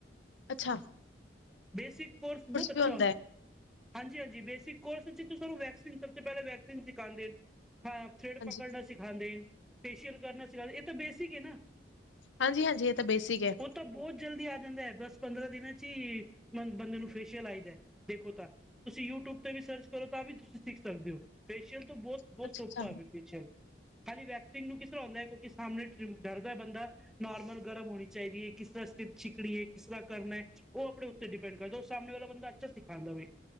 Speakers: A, on the left; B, in the centre.
A: ਅੱਛਾ
B: ਬੇਸਿਕ ਕੋਰਸ ਬਹੁਤ ਅੱਛਾ।
A: ਵੀ ਹੁੰਦਾ ਏ?
B: ਹਾਂਜੀ-ਹਾਂਜੀ ਬੇਸਿਕ ਕੋਰਸ ਵਿੱਚ ਸਾਨੂੰ ਵੈਕਸੀਨ ਸਭ ਤੋਂ ਪਹਿਲਾਂ ਵੈਕਸੀਨ ਸਿਖਉਂਦੇ ਹਾਂ। ਥਰੈਡ
A: ਹਾਂਜੀ,
B: ਪਕੜਨਾ ਸਿਖਾਉਂਦੇ, ਫੇਸ਼ੀਅਲ ਕਰਨਾ ਸਿਖਾਦੇ ਇਹ ਤਾਂ ਬੇਸਿਕ ਹੈ ਨਾ।
A: ਹਾਂਜੀ-ਹਾਂਜੀ ਇਹ ਤਾਂ ਬੇਸਿਕ ਹੈ।
B: ਉਹ ਤਾਂ ਬਹੁਤ ਜਲਦੀ ਆ ਜਾਂਦਾ ਹੈ ਬਸ ਪੰਦਰਾਂ ਦਿਨਾਂ ਚ ਹੀ ਬੰਦੇ ਨੂੰ ਫੇਸ਼ੀਅਲ ਆਈਦਾ ਦੇਖੋ ਤਾਂ, ਤੁਸੀਂ ਯੂਟਿਊਬ ਤੇ ਵੀ ਸਰਚ ਕਰੋ ਤਾਂ ਵੀ ਤੁਸੀਂ ਸਿੱਖ ਸਕਦੇ ਹੋ। ਫੇਸ਼ੀਅਲ ਤੋ ਬਹੁਤ,
A: ਅੱਛਾ-ਅੱਛਾ,
B: ਬਹੁਤ ਸੋਫਪਾ ਹੈ ਫੇਸ਼ੀਅਲ। ਖਾਲੀ ਵੈਕਸੀਨ ਨੂੰ ਕਿਸ ਤਰ੍ਹਾਂ ਆਉਂਦਾ ਹੈ ਕਿਉਂਕਿ ਸਾਹਮਣੇ ਡਰਦਾ ਹੈ ਬੰਦਾ ਨੋਰਮਲ ਗਰਮ ਹੋਣੀ ਚਾਹੀਦੀ ਹੈ ਕਿਸ ਤਰ੍ਹਾਂ ਸਿ ਛਕੜੀ ਹੈ, ਕਿਸ ਤਰ੍ਹਾਂ ਕਰਨਾ ਹੈ ਉਹ ਆਪਣੇ ਉੱਤੇ ਡਿਪੈਂਡ ਕਰਦਾ ਉਹ ਸਾਹਮਣੇ ਵਾਲਾ ਬੰਦਾ ਅੱਛਾ ਸਿਖਾਦਾ ਵੇ।